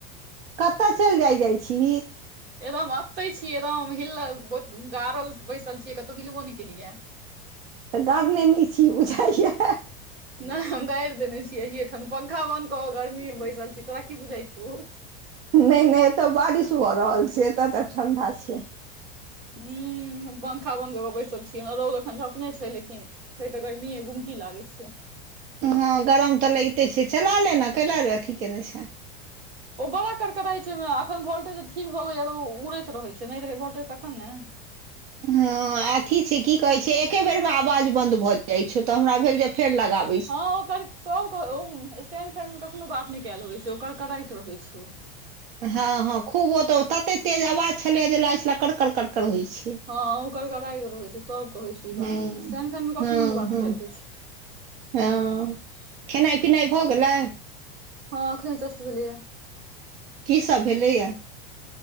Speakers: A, on the right; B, on the right.
A: कतय चलि जाइ जाइ छी?
B: एकदम एते छियै एकदम हिल गाड़ल बैसल छियै। कतहुं हिलबो नै केलियै
A: तऽ गढ़ने नहि। छी
B: अपन सा
A: बुझाइया
B: <unintelligible> बत बदल नहि, हम गारि देने छीये। एतऽ पंखा बन्द कऽके गर्मीमे बैसल छी, तोरा की बुझाइ? छौ
A: नहि नहि, एतऽ बारिश भऽ रहल छै। एत्तऽ तऽ ठंडा छै।
B: ह्म हम पंखा बन्द कऽ कऽ बैसल छीयै रौद एखन झ अपने छै। लेकिन छै तऽ गर्मीये गुमकी लागै छै।
A: हँ गरम तऽ लगिते छै। चला ले ने कैला रे अथी केयने छै।
B: ओ बड़ा करकराइ छै, ओहिमे एखन वोल्टेज ठीक भऽ गेलैया तऽ ओ उड़ैत रहै छै, नहि रहै वोल्टेज तखन ने।
A: हँ, अथी छै की कहै छै, एके बेरमे आवाज बन्द भऽ जाइ छै तऽ हमरा भेल जे फेर लगाब।
B: हँ, ओकरसभ ओ स्टैंडसनमे कखनो बात नहि कयल होइ छै, ओकर कराइत रहै छिये।
A: हँ हँ, खूब ओ तऽ तते तेज आवाज छलै जे कऽ छल, कड़कड़ कड़कड़ होइत छै।
B: हँ, ओकर गड़गड़ाइत रहैत छै सभ। कहैत छै, ई
A: हँ
B: बात स्टैंड फैनमे
A: हँ
B: कखनो नहि बात
A: हँ
B: कयल होइत छै।
A: हँ, खेनाइ पिनाइ भऽ गेलै।
B: हँ, आखने जूस्ट भऽ लैए।
A: की सभ भेलैए